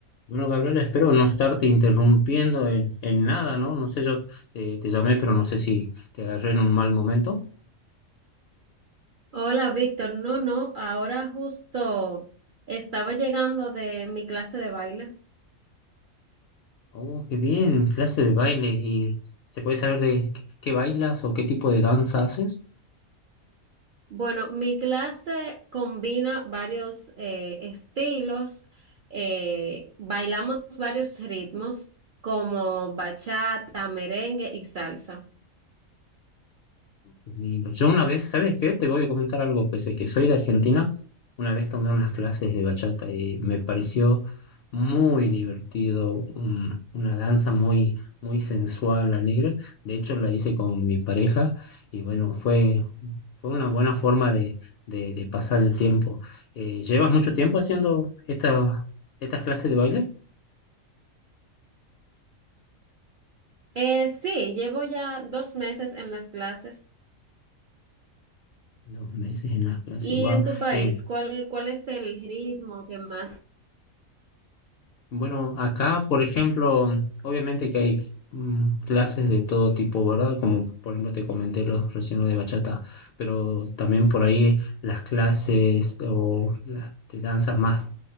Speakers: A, on the left; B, on the right.
A: Bueno, Gabriela, espero no estarte interrumpiendo en, en nada, ¿no? No sé, yo te, te llamé, pero no sé si te agarré en un mal momento.
B: Hola, Víctor. No, no, ahora justo estaba llegando de mi clase de baile.
A: Oh, qué bien, clase de baile. ¿Y se puede saber de qué, qué bailas o qué tipo de danza haces?
B: Bueno, mi clase combina varios eh, estilos, eh, bailamos varios ritmos como bachata, merengue y salsa.
A: Lindo. Yo una vez, ¿sabes qué? Te voy a comentar algo, pese a que soy de Argentina, una vez tomé unas clases de bachata y me pareció muy divertido, un- una danza muy, muy sensual, alegre. De hecho, la hice con mi pareja y bueno, fue Fue una buena forma de, de- de pasar el tiempo. Eh, ¿llevas mucho tiempo haciendo esta- estas clases de baile?
B: Eh, sí, llevo ya dos meses en las clases.
A: Dos meses en las clases,
B: ¿Y
A: wow.
B: en tu país,
A: Eh,
B: cuál, cuál es el ritmo que más?
A: bueno, acá, por ejemplo, obviamente que hay mm, clases de todo tipo, ¿verdad? Como por ejemplo te comenté lo, recién lo de bachata, pero también por ahí las clases o las de danzas más